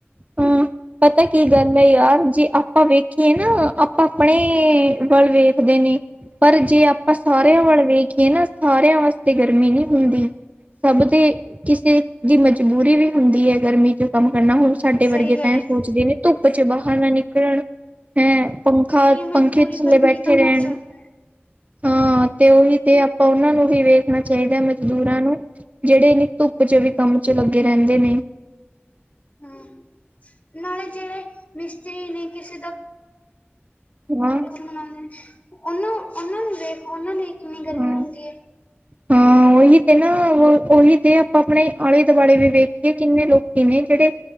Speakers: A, on the right; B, on the left.
A: ਹਮ, ਪਤਾ ਕੀ ਗੱਲ ਹੈ ਯਾਰ ਜੀ ਆਪਾਂ ਵੇਖੀਏ ਨਾ ਆਪਾਂ ਆਪਣੇ ਵੱਲ ਵੇਖਦੇ ਨੇ ਪਰ ਜੇ ਆਪਾਂ ਸਾਰਿਆਂ ਵੱਲ ਵੇਖੀਏ ਨਾ ਸਾਰਿਆਂ ਵਾਸਤੇ ਗਰਮੀ ਨਹੀਂ ਹੁੰਦੀ ਸਭ ਦੇ ਕਿਸੇ ਦੀ ਮਜਬੂਰੀ ਵੀ ਹੁੰਦੀ ਹੈ ਗਰਮੀ ਚ ਕੰਮ ਕਰਨਾ ਸਾਡੇ
B: ਸਹੀ
A: ਵਰਗੇ ਤਾਂ
B: ਗੱਲ ਹੈ
A: ਇਹ ਸੋਚਦੇ
B: ਤੇਰੀ
A: ਨੇ ਧੁੱਪ ਚ ਬਾਹਰ ਨਾ ਨਿਕਲਣ ਹੈਂ ਪੰਖਾ
B: ਇਹ ਮਜਬੂਰੀ
A: ਪੰਖੇ ਥੱਲੇ
B: ਕਰਕੇ
A: ਬੈਠੇ
B: ਹੀ ਤਾਂ ਕੰਮ
A: ਰਹਿਣ
B: <inaudible>
A: ਹਾਂ ਤੇ ਉਹੀ ਤੇ ਆਪਾਂ ਉਹਨਾਂ ਨੂੰ ਵੀ ਵੇਖਣਾ ਚਾਹੀਦਾ ਮਜ਼ਦੂਰਾਂ ਨੂੰ ਜਿਹੜੇ ਇੰਨੀ ਧੁੱਪ ਚ ਵੀ ਕੰਮ ਚ ਲੱਗੇ ਰਹਿੰਦੇ ਨੇ
B: ਹਮ ਨਾਲੇ ਜਿਹੜੇ ਮਿਸਤਰੀ ਨੇ ਕਿਸੇ ਦਾ
A: ਹਮ
B: ਉਂ ਉਹਨਾਂ ਉਹਨਾਂ ਨੂੰ ਵੇਖ ਉਹਨਾਂ ਲਈ ਕਿੰਨੀ ਗਰਮੀ
A: ਹਾਂ
B: ਹੁੰਦੀ ਹੈ
A: ਹਾਂ ਉਹੀ ਤੇ ਨਾ ਉਹੀ ਤੇ ਆਪਾਂ ਆਪਣੇ ਆਲੇ ਦੁਆਲੇ ਵੀ ਵੇਖੀਏ ਕਿੰਨੇ ਲੋਕੀ ਨੇ ਜਿਹੜੇ।